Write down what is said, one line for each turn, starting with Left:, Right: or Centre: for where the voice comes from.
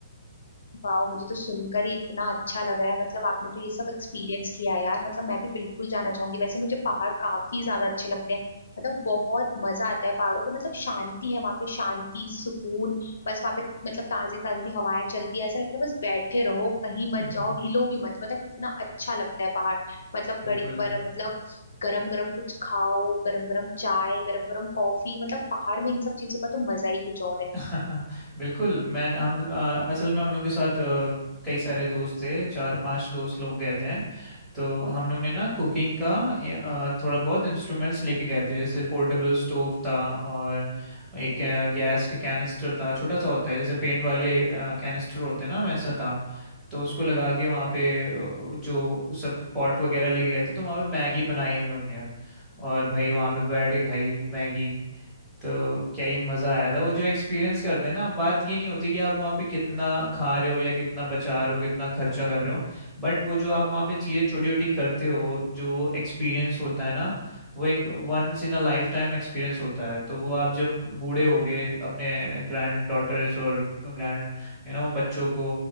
Left: वाह मुझे तो सुनकर ही इतना अच्छा लग रहा है मतलब आपने तो ये सब एक्सपीरियंस किया है यार मतलब मैं भी बिल्कुल जाना चाहूंगी वैसे मुझे पहाड़ काफी ज्यादा अच्छे लगते हैं मतलब बहुत मजा आता है पहाड़ों पे मतलब शांति है वहाँ पे शांति सुकून बस वहाँ पे मतलब ताजी ताजी हवाएं चलती है ऐसा लगता है बस बैठे रहो कहीं मत
Centre: हम्म,
Left: जाओ हिलो भी मत मतलब इतना अच्छा लगता है पहाड़ मतलब
Centre: बिल्कुल
Left: घड़ी पर मतलब गरम गरम कुछ खाओ गरम गरम चाय गरम गरम कॉफी मतलब पहाड़ में इन सब चीजों का तो मजा ही कुछ और है
Centre: <laughs> बिल्कुल मैं हम अ, असल में हम लोग के साथ अ, कई सारे दोस्त थे चार पांच दोस्त लोग गए थे तो हम लोग ने ना कुकिंग का ए, अ, थोड़ा बहुत इंस्ट्रूमेंट्स लेके गए थे जैसे पोर्टेबल स्टोव था और एक गैस का कैनिस्टर था छोटा सा होता है जैसे पेंट वाले कैनिस्टर होते हैं ना वैसा था तो उसको लगा के वहाँ पे अ, जो सब पॉट वगैरह लेके गए थे तो वहाँ पे मैगी बनाई हम लोग ने और भाई वहाँ पे बैठ के खाई मैगी तो क्या ही मज़ा आया था वो जो एक्सपीरियंस करते हैं ना बात ये नहीं होती कि आप वहाँ पे कितना खा रहे हो या कितना बचा रहे हो कितना खर्चा कर रहे हो बट वो जो आप वहाँ पे चीज़ें छोटी छोटी करते हो जो वो एक्सपीरियंस होता है ना वो एक once in a lifetime experience होता है तो वो आप जब बूढ़े हो गए अपने ग्रैंड डॉटर्स और ग्रैंड यू नो बच्चों को